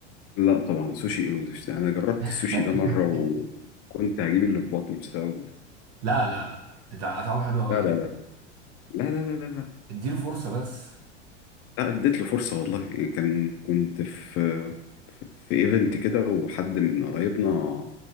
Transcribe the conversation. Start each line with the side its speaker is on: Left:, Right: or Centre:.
Left: لا طبعا سوشي انجلش ده انا جربت
Right: <laughs>
Left: السوشي ده مره وكنت هجيب اللي في بطني بسببه
Right: لا لا لا ده طعمه حلو قوي
Left: لا
Right: على
Left: لا
Right: فكره
Left: لا لا لا لا لا لا
Right: اديله فرصه بس
Left: لا، اديت له فرصه والله يعني كان كنت في في ايفنت كده وحد من قرايبنا